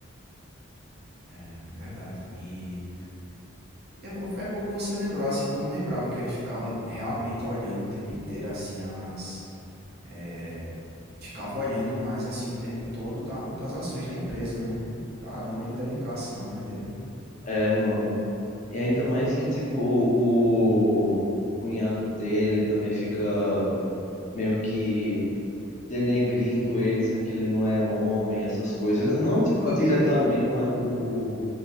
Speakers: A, on the right; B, on the left.
A: É, é verdade. E é, é bom que você lembrou, assim, que eu não lembrava que ele ficava realmente olhando o tempo inteiro, assim, as é, ficava olhando mais assim o tempo todo da- das ações da empresa, né? Caramba,
B: Uhum.
A: dedicação, né, dele.
B: É, mano. E ainda mais que, tipo, o, o cunhado dele também fica meio que denegrindo ele, dizendo que ele não é homem, essas coisas. Não, tipo,
A: Família,
B: diretamente,
A: o, o,
B: mas.